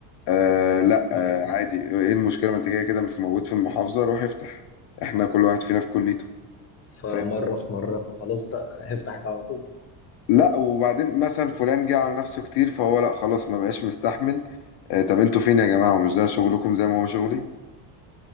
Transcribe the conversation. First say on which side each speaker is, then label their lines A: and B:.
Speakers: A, on the left; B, on the left.
A: آه لا آه
B: ايوه
A: عادي ايه المشكلة ما انت كده كده في- موجود في المحافظة روح افتح احنا كل واحد فينا في كليته
B: فمره
A: فاهم
B: في مره فخلاص بقى <laughs> افتح انت على طول
A: لا وبعدين مثلا فلان جه على نفسه كتير فهو لا خلاص ما بقاش مستحمل آه طب انتوا فين يا جماعة ومش ده شغلكم زي ما هو شغلي